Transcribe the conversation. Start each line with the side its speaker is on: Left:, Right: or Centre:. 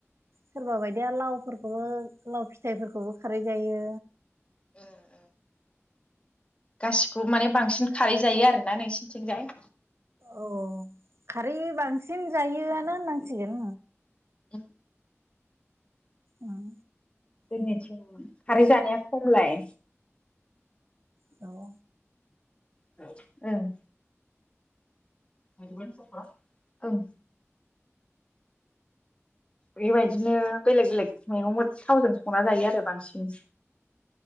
Right: सोरबा बायदिया लावफोरखौबो लाव फि फिथाइफोरखौबो खारै जायो।
Left: उम उम। गासिखौ माने बांसिन खारै जायो आरोना नोंसिनिथिंजाय
Right: अ खारै बांसिन सिम जायोआनो होननांसिगोन।
Left: उम
Right: उम।
Left: जोंनिथिं खारै जानाया। खमलाय
Right: दङ।
Left: ओं। मोनगोन सफा। औ। बेबायदिनो बेलेग बेलेग मैगंफोर थावजों संना जायो आरो बांसिन।